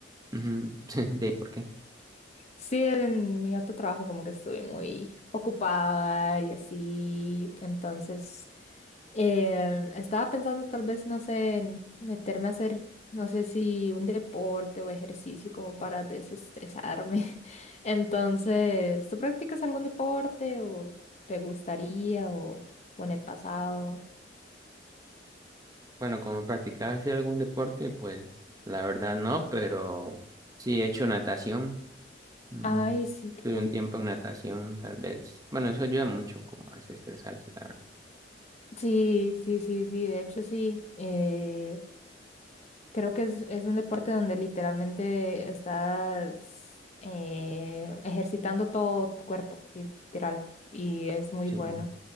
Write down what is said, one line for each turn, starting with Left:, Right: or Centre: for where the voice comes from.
Right: Ujú, <laughs> ¿De por qué?
Left: Sí, en mi otro trabajo como que estuve muy ocupada y así, entonces Eh, estaba pensando tal vez, no sé, en meterme a hacer, no sé si un deporte o ejercicio como para desestresarme. <laughs> Entonces, ¿tú practicas algún deporte o te gustaría o, o en el pasado?
Right: Bueno, como practicaba así algún deporte, pues la verdad no, pero sí he hecho natación. Mm,
Left: Ay, sí, qué
Right: Tuve
Left: cool.
Right: un tiempo en natación, tal vez. Bueno, eso ayuda mucho como a desestresarse, la verdad.
Left: Sí, sí, sí, sí, de hecho sí. Eh, Creo que es, es un deporte donde literalmente estás eh, ejercitando todo tu cuerpo, literal, y es muy
Right: Sí.
Left: bueno.